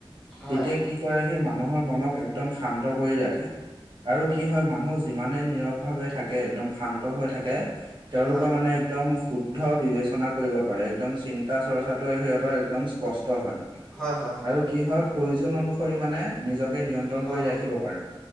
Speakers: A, in the centre; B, on the right (about 55°).
A: হয়,
B: তেতিয়া কি কৰে সেই মানুহৰ মনক একদম শান্ত কৰি ৰাখে। আৰু কি হয় মানুহ যিমানে নীৰৱ ভাৱে থাকে একদম শান্ত হৈ থাকে। তেওঁলোকৰ
A: হয়, হয়,
B: মানে একদম। শুদ্ধ বিবেচনা কৰিব পাৰে একদম চিন্তা চৰ্চাটো সিহঁতৰ একদম স্পষ্ট হয়।
A: হয়, হয়,
B: আৰু কি হয় প্ৰয়োজন অনুসৰি মানে নিজকে নিয়ন্ত্ৰ। তন
A: হয়,
B: কৰি ৰাখিব পাৰো